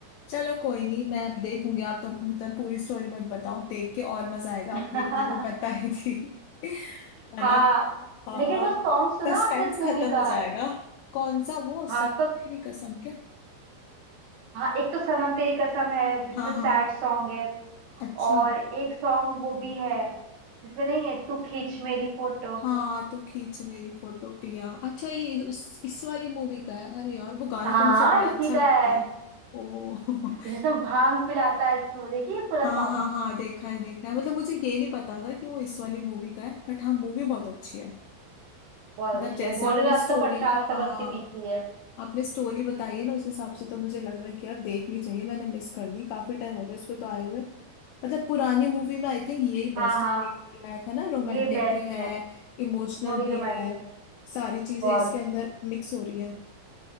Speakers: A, on the left (about 85°); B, on the right (about 75°).
A: चलो कोई नहीं मैं अब देखूंगी आप तो मतलब पूरी स्टोरी मत बताओ देख के और मजा आएगा
B: <laughs>
A: आपने इतनी तो बता ही दी <laughs> है
B: हाँ
A: ना हाँ
B: लेकिन वो सॉन्ग सुना
A: सस्पेंस
B: आपने इस मूवी
A: खत्म हो
B: का
A: जाएगा कौन सा वो
B: हाँ
A: सच्ची
B: सब
A: कसम क्या
B: हाँ एक तो सनम तेरी कसम है जिसमें
A: हाँ
B: सैड
A: हाँ
B: सॉन्ग है
A: अच्छा
B: और एक सॉन्ग वो भी है जिसमें नहीं है तू खींच मेरी फोटो
A: हाँ तो खींच मेरी फोटो पिया अच्छा ये उस इस वाली मूवी का है अरे यार वो गाना
B: हाँ
A: तो मुझे
B: हाँ
A: बड़ा
B: इसी
A: अच्छा
B: का
A: लगता
B: है
A: है ओ <laughs>
B: जिसमें भांग पिलाता है सो देखिए पूरा
A: हाँ
B: सॉन्ग
A: हाँ हाँ देखा है देखा है मतलब मुझे ये नहीं पता था कि वो इस वाली मूवी का है बट हाँ मूवी बहुत अच्छी है
B: बहुत
A: मतलब
B: अच्छी
A: जैसे
B: है भोलेनाथ
A: आपने स्टोरी
B: का प्रसाद
A: हाँ
B: समझ के पीती है
A: आपने स्टोरी बताई है ना उस हिसाब से तो मुझे लग रहा है कि यार देखनी चाहिए मैंने मिस कर दी काफी टाइम हो गया इस पे तो आए हुए मतलब पुरानी मूवी में आई थिंक यही बेस्ट
B: हाँ हाँ
A: है देखने लायक है ना रोमांटिक
B: ये बेस्ट
A: भी है
B: है
A: इमोशनल
B: थोड़ी
A: भी
B: रोमांटिक
A: है
B: है
A: सारी चीजें
B: बहुत
A: इसके अंदर मिक्स हो रही है